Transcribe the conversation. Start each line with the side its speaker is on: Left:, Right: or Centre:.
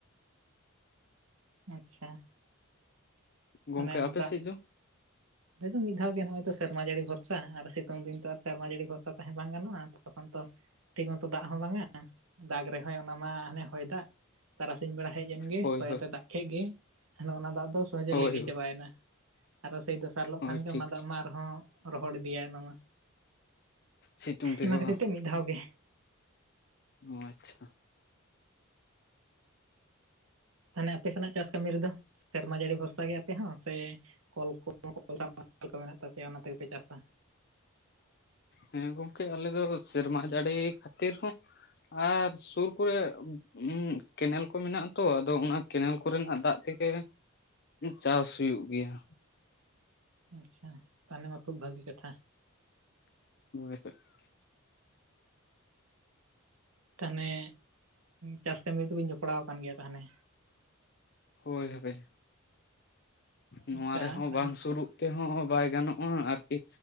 Right: ᱟᱪᱪᱷᱟ᱾ ᱢᱟᱱᱮ
Left: ᱜᱚᱝᱠᱮ ᱟᱯᱮ
Right: ᱫᱟᱜ,
Left: ᱥᱮᱫ ᱫᱚ
Right: ᱟᱞᱮ ᱫᱚ ᱢᱤᱫ ᱫᱷᱟᱣ ᱜᱮ ᱱᱚᱜᱼᱚᱭ ᱛᱚ ᱥᱮᱨᱢᱟ ᱡᱟᱹᱲᱤ ᱵᱷᱚᱨᱥᱟ ᱟᱨ ᱥᱤ ᱛᱩᱝ ᱫᱤᱱ ᱛᱚ ᱟᱨ ᱥᱮᱨᱢᱟ ᱡᱟᱹᱲᱤ ᱵᱷᱚᱨᱥᱟ ᱛᱟᱦᱮᱸ ᱵᱟᱝ ᱜᱟᱱᱚᱜᱼᱟ, ᱛᱚᱠᱷᱚᱱ ᱛᱚ ᱴᱷᱤᱠ ᱢᱚᱛᱚ ᱫᱟᱜ ᱦᱚᱸ ᱵᱟᱝ ᱟ᱾ ᱫᱟᱜᱽ ᱨᱮᱦᱚᱸᱭ ᱚᱱᱟ ᱢᱟ ᱦᱟᱱᱮ ᱦᱚᱭ ᱫᱟᱜ, ᱛᱟᱨᱟᱥᱤᱧ ᱵᱮᱲᱟ ᱦᱮᱡ ᱮᱱᱜᱮ
Left: ᱦᱳᱭ
Right: ᱦᱚᱭ
Left: ᱦᱳᱭ
Right: ᱟᱛᱮ ᱫᱟᱜ ᱠᱷᱮᱡ ᱜᱮᱭ, ᱦᱟᱱᱮ ᱚᱱᱟ ᱫᱟᱜ ᱫᱚ ᱥᱚᱡᱮ
Left: ᱦᱳᱭ
Right: ᱞᱤᱸᱜᱤ ᱪᱟᱵᱟᱭᱮᱱᱟ᱾ ᱟᱨᱚ ᱥᱮᱭ ᱫᱚᱥᱟᱨ ᱦᱤᱞᱚᱜ
Left: ᱦᱳᱭ
Right: ᱠᱷᱟᱱ ᱜᱮ
Left: ᱴᱷᱤᱠ
Right: ᱚᱱᱟ ᱫᱟᱜ ᱢᱟ ᱨᱮᱦᱚᱸ ᱨᱚᱦᱚᱲ ᱤᱫᱤᱭᱟᱭ ᱚᱱᱟ ᱢᱟ᱾
Left: ᱥᱤᱛᱩᱝ ᱛᱮᱜᱮ
Right: ᱚᱱᱟ ᱠᱷᱟᱹᱛᱤᱨ
Left: ᱵᱟᱝ
Right: ᱛᱮ ᱢᱤᱫ ᱫᱷᱟᱣ ᱜᱮ᱾
Left: ᱚ ᱟᱪᱪᱷᱟ᱾
Right: ᱛᱟᱦᱚᱱᱮ ᱟᱯᱮ ᱥᱮᱱᱟᱜ ᱪᱟᱥ ᱠᱟᱹᱢᱤ ᱨᱮᱫᱚ ᱥᱮᱨᱢᱟ ᱡᱟᱹᱲᱤ ᱵᱷᱚᱨᱥᱟ ᱜᱮ ᱟᱯᱮ ᱦᱚᱸ ᱥᱮ ᱠᱚᱞ ᱠᱚ ᱠᱚ <inaudible> ᱢᱮᱱᱟᱜ ᱛᱟᱯᱮᱭᱟ ᱚᱱᱟ ᱛᱮᱜᱮ ᱯᱮ ᱪᱟᱥᱟ᱾
Left: ᱦᱮᱸ ᱜᱚᱝᱠᱮ ᱟᱞᱮ ᱫᱚ ᱥᱮᱨᱢᱟ ᱡᱟᱹᱲᱤ ᱠᱷᱟᱹᱛᱤᱨ ᱦᱚᱸ, ᱟᱨ ᱥᱩᱨ ᱠᱚᱨᱮ ᱩᱸ ᱠᱮᱱᱮᱞ ᱠᱚ ᱢᱮᱱᱟᱜ-ᱟ ᱛᱚ ᱟᱫᱚ ᱚᱱᱟ ᱠᱮᱱᱮᱞ ᱠᱚ ᱨᱮᱱᱟᱜ ᱫᱟᱜ ᱛᱮᱜᱮ, ᱪᱟᱥ ᱦᱩᱭᱩᱜ ᱜᱮᱭᱟ᱾
Right: ᱟᱪᱪᱷᱟ, ᱛᱟᱦᱚᱱᱮ ᱢᱟ ᱠᱷᱩᱵ ᱵᱷᱟᱹᱜᱤ ᱠᱟᱛᱷᱟ᱾
Left: <unintelligible>
Right: ᱛᱟᱦᱚᱱᱮ, ᱪᱟᱥ ᱠᱟᱹᱢᱤ ᱨᱮᱫᱚ ᱵᱤᱱ ᱡᱚᱯᱲᱟᱣ ᱟᱠᱟᱱ ᱜᱮᱭᱟ ᱛᱟᱦᱚᱱᱮ᱾
Left: ᱦᱳᱭ ᱦᱚᱵᱮ, ᱱᱚᱣᱟ
Right: ᱟᱪᱪᱷᱟ
Left: ᱨᱮᱦᱚᱸ
Right: ᱛᱟᱦᱚᱞᱮ
Left: ᱵᱟᱝ ᱥᱩᱨᱩᱜ ᱛᱮᱦᱚᱸ ᱵᱟᱭ ᱜᱟᱱᱚᱜᱼᱟ ᱟᱨᱠᱤ,